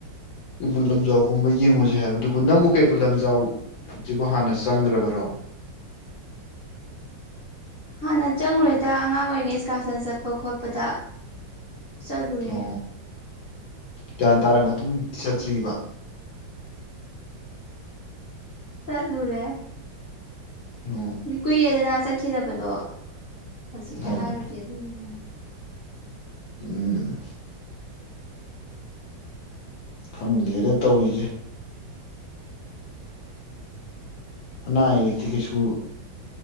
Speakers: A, on the left; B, on the left.
A: ꯀꯩꯕꯨꯜ ꯂꯝꯖꯥꯎꯒꯨꯝꯕ ꯌꯦꯡꯉꯨꯁꯤ ꯍꯥꯏꯕꯗꯨꯕꯨ ꯅꯪꯕꯨ ꯀꯩꯕꯨꯜ ꯂꯝꯖꯥꯎꯁꯤꯕꯨ ꯍꯥꯟꯅ ꯆꯪꯈ꯭ꯔꯕꯔꯣ
B: ꯍꯥꯟꯅ ꯆꯪꯉꯨꯔꯣꯏꯗ ꯑꯉꯥꯡ ꯑꯣꯏꯔꯤꯉꯩ ꯏꯁꯀꯥꯔꯁꯟ ꯆꯠꯄ ꯈꯣꯠꯄꯗ ꯆꯠꯂꯨꯔꯦ
A: ꯑꯣ ꯒ꯭ꯌꯥꯟ ꯇꯥꯔꯕ ꯃꯇꯨꯡ ꯆꯠꯇ꯭ꯔꯤꯕ
B: ꯆꯠꯂꯔꯦ
A: ꯑꯣ
B: ꯀꯨꯏꯔꯦꯗꯅ ꯆꯠꯈꯤꯗꯕ ꯃꯗꯣ ꯍꯧꯖꯤꯛꯀ
A: ꯍꯣꯏ
B: ꯍꯥꯏꯔꯗꯤ ꯑꯗꯨꯒꯤ ꯋꯥꯗ
A: ꯎꯝ ꯈꯪꯗꯦꯅ ꯇꯧꯔꯤꯁꯦ ꯑꯅꯥ ꯑꯌꯦꯛꯇꯤ ꯀꯩꯁꯨ